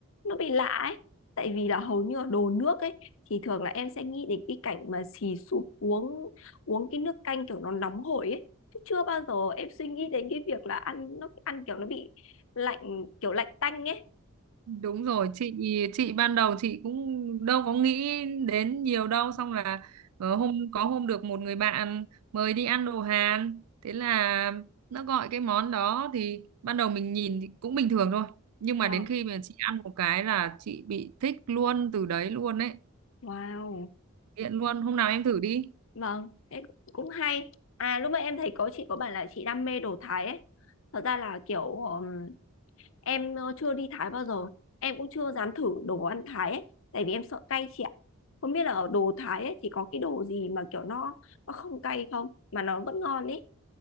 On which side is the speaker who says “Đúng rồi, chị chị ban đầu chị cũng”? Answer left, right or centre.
Right